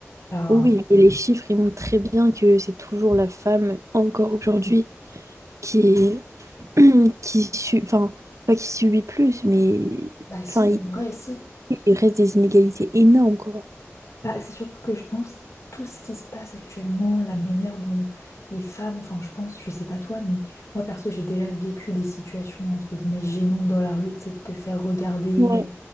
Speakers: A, on the left (about 80°); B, on the right (about 90°).
A: Ben,
B: oui, et les chiffres, ils montrent très bien que c'est toujours la femme, encore aujourd'hui, qui est <clears throat> qui su- enfin, pas qui subit plus, mais
A: bah si,
B: enfin, il,
A: en vrai, si.
B: il reste des inégalités énormes, quoi.
A: Bah, c'est surtout que je pense tout ce qui se passe actuellement, la manière dont les femmes, enfin je pense, je sais pas toi, mais moi perso j'ai déjà vécu des situations entre guillemets gênantes dans la rue, c'est de te faire regarder
B: Ouais,
A: euh,